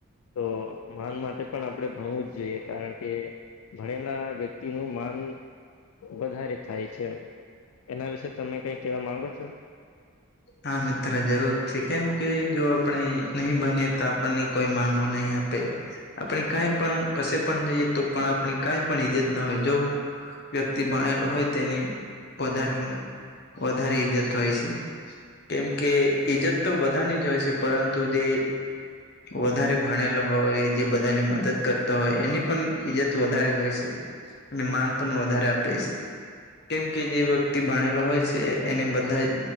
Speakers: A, on the left (about 80°); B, on the left (about 50°).
A: તો માન માટે પણ આપણે ભણવું જ જોઈએ કારણ કે ભણેલા વ્યક્તિ નું માન વધારે થાય છે એના વિશે તમે કઈ કેવા માંગો છો
B: હા મિત્ર જરૂર છે કેમ કે જો આપણે નહી બનીએ તો આપણને કોઈ માનવ નહી આપે આપણે કંઈ પણ કશે પણ જઈએ તો પણ આપણી કંઈ પણ ઈજ્જત ના હોય જો વ્યક્તિ ભણેલો હોય તેની વધારે વધારે ઈજ્જત હોય છે કેમ કે ઈજત તો બધાની જ હોય છે પરંતુ જે વધારે ભણેલ હોય જે બધાની મદદ કરતા હોય એની પણ ઈજ્જત વધારે હોય છે અને માન પણ વધારે આપે છે કેમ કે જે વ્યક્તિ ભણેલો હોય છે એને બધા જ